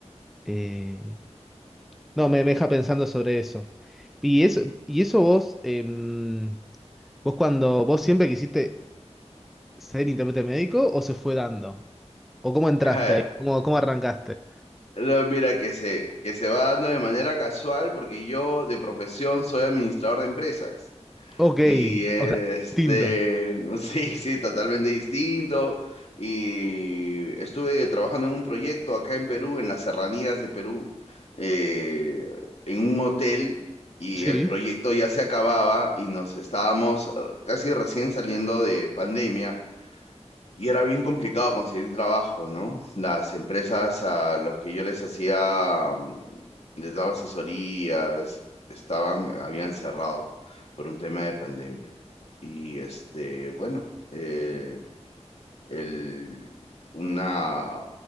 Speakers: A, in the centre; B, on the left.
A: eh, no, me, me deja pensando sobre eso. Y eso, y eso vos, em, vos cuando, vos siempre quisiste ser intérprete médico o se fue dando, o cómo entraste
B: <laughs>
A: ahí, cómo, cómo arrancaste.
B: No, mira, que se, que se va dando de manera casual porque yo de profesión soy administrador de empresas.
A: Ok,
B: Y este,
A: o sea, distinto.
B: <laughs> sí, sí, totalmente distinto. Y estuve trabajando en un proyecto acá en Perú, en las serranías de Perú, eh, en un hotel, y
A: Sí,
B: el proyecto ya se acababa y nos estábamos eh, casi recién saliendo de pandemia. Y era bien complicado conseguir trabajo, ¿no? Las empresas a los que yo les hacía, mm, les daba asesorías, estaban, habían cerrado por un tema de pandemia. Y este, bueno, eh, el, una,